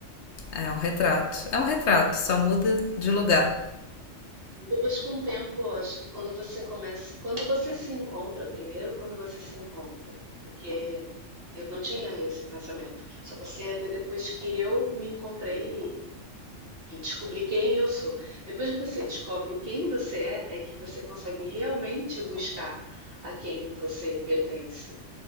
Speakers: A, on the left (about 65°); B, on the right (about 50°).
A: É um retrato. É um retrato, só muda de lugar.
B: Depois, com o tempo, acho que quando você começa, quando você se encontra primeiro, quando você se encontra, porque eu não tinha esse pensamento. Só passei a ter depois que eu me encontrei e descobri quem eu sou. Depois que você descobre quem você é, é que você consegue realmente buscar a quem você pertence.